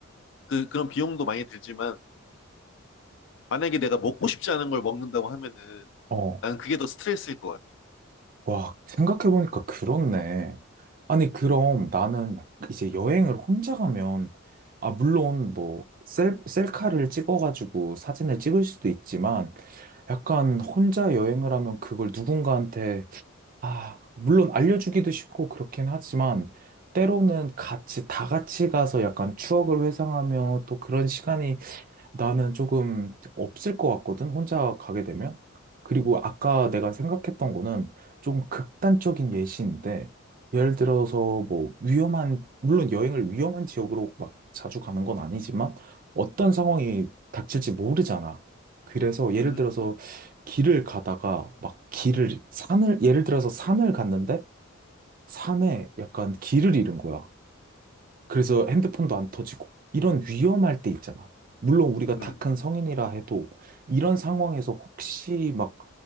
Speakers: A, on the left; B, on the right.
A: 그, 그런 비용도 많이 들지만, 만약에 내가 먹고 싶지 않은 걸 먹는다고 하면은,
B: 어,
A: 난 그게 더 스트레스일 것 같아.
B: 와, 생각해보니까 그렇네. 아니, 그럼 나는 이제 여행을 혼자 가면, 아, 물론 뭐, 셀, 셀카를 찍어가지고 사진을 찍을 수도 있지만, 약간 혼자 여행을 하면 그걸 누군가한테, 아, 물론 알려주기도 쉽고 그렇긴 하지만, 때로는 같이, 다 같이 가서 약간 추억을 회상하며 또 그런 시간이 나는 조금 없을 것 같거든, 혼자 가게 되면. 그리고 아까 내가 생각했던 거는 조금 극단적인 예시인데, 예를 들어서 뭐 위험한, 물론 여행을 위험한 지역으로 막 자주 가는 건 아니지만, 어떤 상황이 닥칠지 모르잖아. 그래서 예를
A: 응.
B: 들어서 길을 가다가 막 길을, 산을, 예를 들어서 산을 갔는데, 산에 약간 길을 잃은 거야. 그래서 핸드폰도 안 터지고 이런 위험할 때 있잖아. 물론 우리가
A: 응.
B: 다 큰 성인이라 해도 이런 상황에서 혹시 막